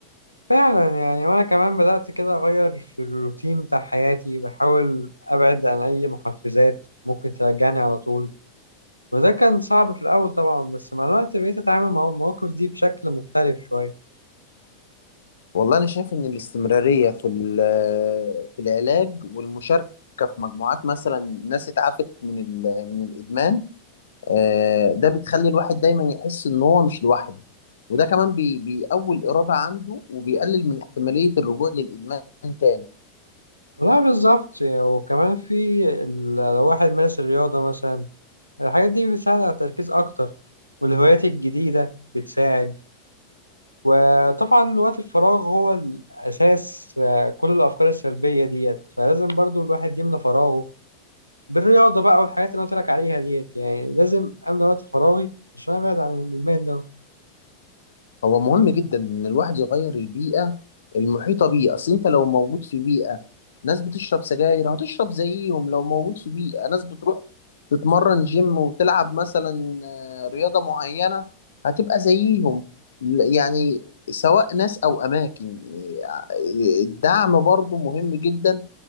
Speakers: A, on the right; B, on the left.
A: فعلا يعني وانا كمان بدات كده اغير في الروتين بتاع حياتي بحاول ابعد عن اي محفزات ممكن ترجعني على طول وده كان صعب في الأول طبعا بس مع الوقت بقيت أتعامل مع المواقف دي بشكل مختلف شوية
B: والله انا شايف ان الاستمرارية في ال- في العلاج والمشاركة في مجموعات مثلا ناس اتعافت من ال- من الادمان آه، ده بتخلي الواحد دايما يحس ان هو مش لوحده وده كمان بي- بيقوي الإرادة عنده وبيقلل من احتمالية الرجوع للإدمان تاني
A: لا بالظبط يعني وكمان في ال- لو واحد مارس الرياضة مثلا الحاجات دي بتساعد على التركيز أكتر والهوايات الجديدة بتساعد وطبعا وقت الفراغ هو الأساس آه، كل الأفكار السلبية ديت فلازم برضو الواحد يملى فراغه بالرياضة بقى والحاجات اللي أنا قلت لك عليها ديت يعني لازم أملى وقت فراغي عشان أبعد عن الإدمان ده
B: هو مهم جدا ان الواحد يغير البيئه المحيطه بيه اصل انت لو موجود في بيئه ناس بتشرب سجاير هتشرب زيهم لو موجود في بيئه ناس بتروح تتمرن جيم وتلعب مثلا آه، رياضه معينه هتبقى زيهم ل- يعني سواء ناس او اماكن آه، الدعم برضو مهم جدا